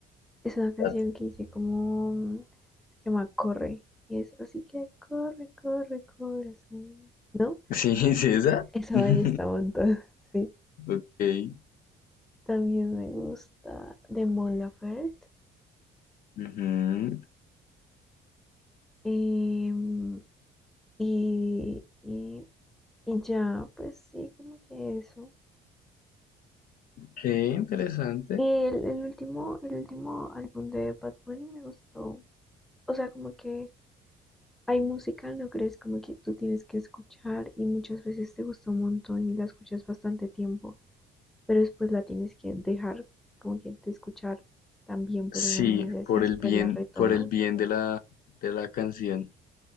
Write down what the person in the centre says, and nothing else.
Es una canción
que hice como. mm, Se llama Corre. Y es así que corre, corre, corazón. ¿No?
Esa
me gusta un montón. <laughs> Sí.
También me gusta de Mon Laferte.
em, y, y, y ya, pues sí, como que eso.
Y El, el último, el último álbum de Bad Bunny me gustó. O sea, como que hay música, no crees como que tú tienes que escuchar y muchas veces te gusta un montón y la escuchas bastante tiempo, pero después la tienes que dejar como que de escuchar también por
unos meses
y después
la retomas